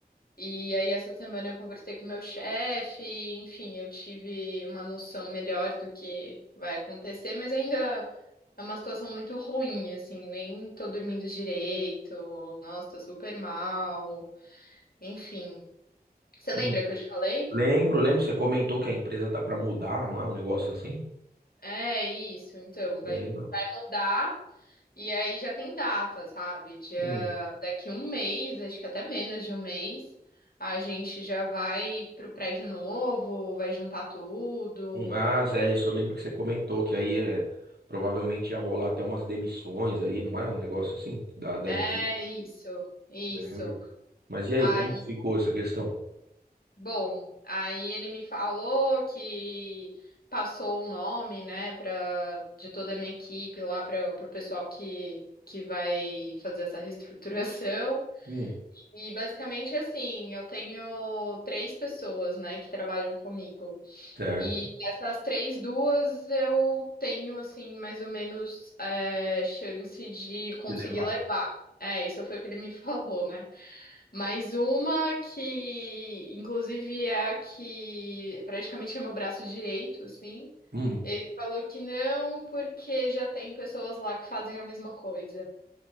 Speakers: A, on the left; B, on the right.
A: E aí, essa semana eu conversei com meu chefe, enfim, eu tive uma noção melhor do que vai acontecer, mas ainda é uma situação muito ruim, assim, nem tô dormindo direito, nossa, tô super mal, enfim. Você lembra
B: Hum.
A: que eu te falei?
B: Lembro, lembro, você comentou que a empresa tá para mudar, não é um negócio assim?
A: É isso, então,
B: Lembro.
A: vai, vai mudar. E aí já tem data, sabe? Dia,
B: Hum,
A: daqui um mês, acho que até menos de um mês, a gente já vai pro prédio novo, vai juntar tudo.
B: hum. Ah, é isso, eu lembro que você comentou que aí é, provavelmente ia rolar até umas demissões aí, não é um negócio assim? Da, da
A: É
B: equipe.
A: isso, isso.
B: Lembro. Mas e aí,
A: Aí,
B: como que ficou essa questão?
A: bom, aí ele me falou que passou o nome, né, pra, de toda a minha equipe lá para o pessoal que, que vai fazer essa reestruturação.
B: Hum,
A: E basicamente assim, eu tenho três pessoas, né, que trabalham comigo.
B: certo.
A: E dessas três, duas eu tenho, assim, mais ou menos é, chance de conseguir
B: De levar.
A: levar. É, isso foi o que ele me <laughs> falou, né? Mas uma que, inclusive, é a que praticamente é meu braço direito, assim.
B: Hum,
A: Ele falou que não, porque já tem pessoas lá que fazem a mesma coisa.